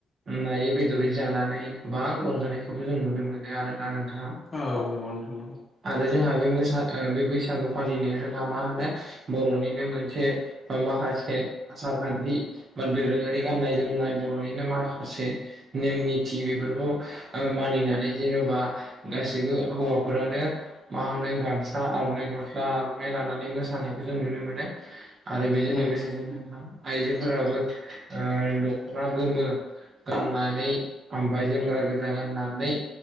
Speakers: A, on the right (about 50°); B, on the left (about 20°).
A: नायै बेदरै जानानै गोबां रंजानायखौबो जों नुनो मोनो आरोना नोंथां, ।
B: औ नंगौ नोंथां। नंगौ औ,
A: आरो जोंहा बे मोसा बे बैसागु फालिनायाव जोंहा मा होनो बर'निनो मोनसे बा माखासे आसार खान्थि बा दोरोंङारि गाननाय जोमनाय बर'निनो माखासे नेम निथि बेफोरखौ ओ मानिनानै जेन'बा गासिबो हौवाफोरानो मा होनो गामसा, आर'नाइ गस्ला, आर'नाइ लानानै मोसानायखौ जों नुनो मोनो, । आरो बेजों
B: उम
A: लोगोसे जोंहा आइजोफोराबो ओ दख'ना गोमो गाननानै ओमफ्राय जोमग्रा गोजा गाननानै,